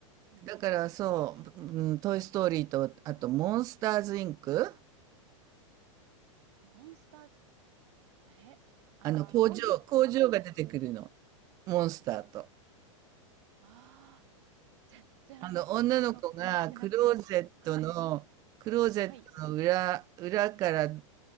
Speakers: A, on the right; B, on the right.
A: うん
B: だからそう、うん、トイストーリーと、あと、モンスターズインク
A: モンスター、あれあの、
B: あの、工場、
A: 青い、
B: 工場が出てくるの。
A: 青いやつ。
B: モンスターと。
A: ああ、全然、
B: あの、女の子がクローゼットの、
A: あの、見てなくて。はい、
B: クローゼットの裏、
A: はい、
B: 裏から